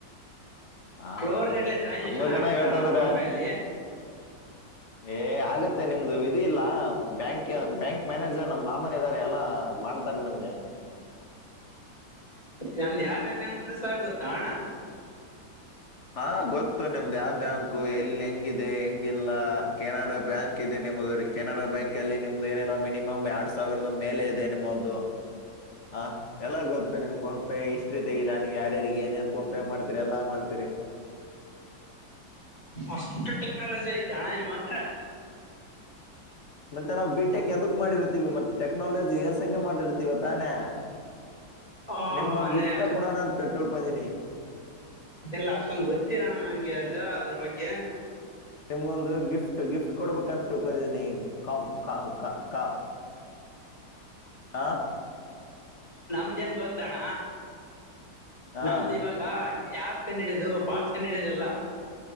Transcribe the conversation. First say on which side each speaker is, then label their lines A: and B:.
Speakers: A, on the left; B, on the left.
A: ಹ
B: ಕ್ರೋರ್ ಗಟ್ಲೆ ಟ್ರಾನ್ಸಾಕ್ಷನ್
A: ತುಂಬಾ ಜನ
B: ಆಗುತ್ತಾ
A: ಹೇಳ್ತಾರೆ
B: ಅಣ್ಣ ಫೋನ್ ಪೇ ಅಲ್ಲಿ
A: ಏ ಆಗುತ್ತೆ ನಿಮ್ದು ಇದ ಇಲ್ಲ ಬ್ಯಾಂಕ್ ಬ್ಯಾಂಕ್ ಮ್ಯಾನೇಜರ್ ನಮ್ ಮಾಮನ ಇದಾರೆ ಎಲ್ಲ ಮಾಡ ಮಗೆ <unintelligible>
B: ನಮ್ದ ಯಾವ ಬ್ಯಾಂಗಂತಸ ಗೊತ್ತ ಅಣ
A: ಹಾ ಗೊತ್ತು ನಿಮ್ದ್ ಯಾವ ಬ್ಯಾಂಕ್ ಎಲ್ಲಿ ಹೆಂಗಿದೆ ಹೆಂಗಿಲ್ಲ ಕೆನರಾ ಬ್ಯಾಂಕ್ ಇದೆ ನೀ ನಿಮ ಕೆನರಾ ಬ್ಯಾಂಕ್ ಅಲ್ಲಿ ನಿಮ್ದು ಏನಲ್ಲ ಮಿನಿಮಮ್ ಎರಡ್ ಸಾವಿರದ ಮೇಲೆ ಇದೆ ನಿಮ್ಮು ಹಾ ಎಲ್ಲ ಗೊತ್ತು ನಿಮ ಫೋನ್ ಪೇ ಹಿಸ್ಟ್ರಿ ತಗಿಲ್ಲ ನೀವು ಯಾರಿಗೆ ಏೇನ್ ಫೋನ್ ಪೇ ಮಾಡ್ತಿರಿ ಎಲ್ಲ ಮಾಡ್ತೀರಿ
B: ಅಷ್ಟು ಟೇಲೆಂಟ್ ಐತಿ ಜಾಣ ಈ ಮಾತ್ರ
A: ಮತ್ತೆ ನಾವವು ಬಿ ಟೆಕ್ ಎದಕ್ ಮಾಡಿರ್ತಿೀವಿ ಮತ್ತೆಟೆಕ್ನಾಲಜಿ ಎರ್ ಕ ಮಾಡಿರ್ತೀವ ತಾನೇ
B: ಓಹೋ
A: ನಿಮ್ಗೊಂದ್
B: ಅಂದ್ರೆ
A: ಗಿಫ್ಟ ಕೂಡ ನಾನು ತಿಳ್ಕೊಡೀನಿ
B: ಇಲ್ಲ ಅಷ್ಟೊಂದು ಗೊತ್ತಿರೋಣ ನಂಗೆ ಅದು ಅದ್ರ ಬಗ್ಗೆ
A: ನಿಮ್ಗೊಂದು ಗಿಫ್ಟ್ ಗಿಫ್ಟ್ ಕೊಡ್ಬೇಕಂತ ತಿಕೊಂಡಿನಿ ಕಾ ಕಾ ಕಾ ಹ
B: ನಮ್ದೇನ್ ಗೊತ್ತಣ
A: ಹಾ
B: ನಮ್ದು ಇವಾಗ ಆಪ್ ಕಂಡು ಹಿಡೋದು ಫಾಸ್ ಕಂಡು ಹಿಡೋದಲ್ಲ